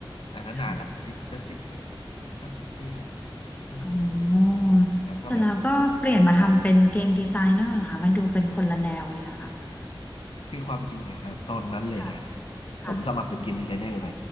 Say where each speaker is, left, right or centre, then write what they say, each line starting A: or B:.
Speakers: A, on the left (about 75°); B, on the left (about 15°).
A: อันนั้นนานละสิบจะสิบปี
B: ค่ะ
A: อะสิบปีละเ
B: อ๋อ
A: แล้วก็แบบ
B: เสร็จแล้วก็เปลี่ยนมาทำเป็นเกมดีไซเนอร์เหรอคะมันดูเป็นคนละแนวเลยอะค่ะ
A: แล้วก็ คือความจริงอะฮะตอนนั้นเลยนะ
B: ค่ะค่ะ
A: ผมสมัครเป็นเกมดีไซเนอร์ไป